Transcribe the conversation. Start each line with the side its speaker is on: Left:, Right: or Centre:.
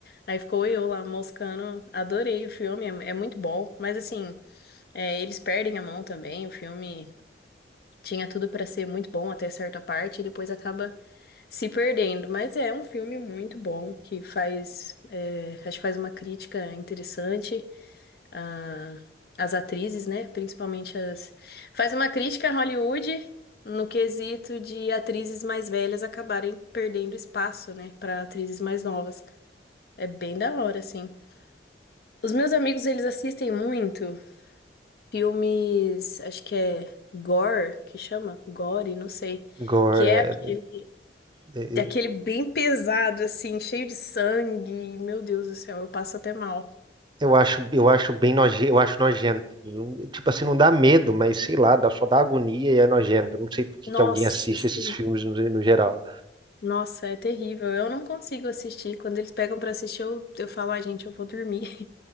Left: Aí ficou eu lá moscando, adorei o filme, é, é muito bom. Mas assim, é, eles perdem a mão também, o filme tinha tudo pra ser muito bom até certa parte, e depois acaba se perdendo. Mas é um filme muito bom, que faz, é, acho que faz uma crítica interessante a- as atrizes, né? Principalmente as. Faz uma crítica a Hollywood no quesito de atrizes mais velhas acabarem perdendo espaço, né, para atrizes mais novas. É bem da hora, assim. Os meus amigos, eles assistem muito filmes, acho que é gore, que chama? Gore, não sei.
Right: Gore,
Left: Que é
Right: é,
Left: aquele,
Right: é,
Left: é
Right: é,
Left: aquele bem pesado, assim, cheio de sangue. Meu Deus do céu, eu passo até mal.
Right: Eu acho, eu acho bem noje, eu acho nojento. Não- Tipo assim, não dá medo, mas sei lá, dá, só dá agonia e é nojento. Eu não sei por que
Left: Nossa,
Right: que alguém assiste
Left: sim.
Right: esses filmes no, no geral.
Left: Nossa, é terrível. Eu não consigo assistir. Quando eles pegam pra assistir, eu, eu falo, ai, gente, eu vou dormir. <laughs>